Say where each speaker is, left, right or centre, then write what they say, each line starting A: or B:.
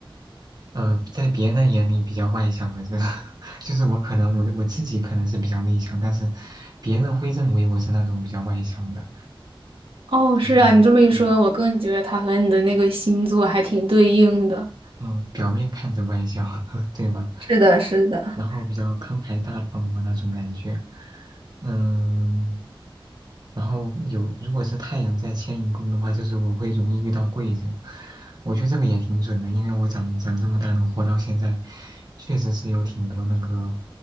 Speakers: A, on the right (about 50°); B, on the right (about 75°).
A: 呃，在别人眼里比较外向的人，<laughs> 就是我可能我我自己可能是比较内向，但是别人会认为我是那种比较外向的，
B: 哦，
A: 就是对
B: 是啊，你这么一说，我更觉得它和你的那个星座还挺对应的。
A: 嗯，表面看着外向，<laughs> 对吧？
B: 是的，是的。
A: 然后比较慷慨大方嘛那种感觉，嗯，然后有如果是太阳在迁移宫的话，就是我会容易遇到贵人，我觉得这个也挺准的，因为我长长这么大能活到现在，确实是有挺多那个